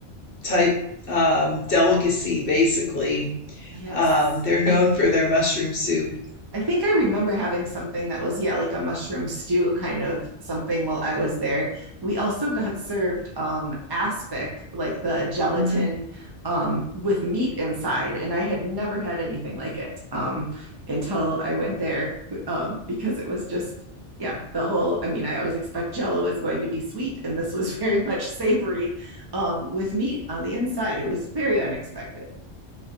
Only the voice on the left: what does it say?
type um, delicacy, basically.
Um, they're known
for their mushroom soup.
Mhm.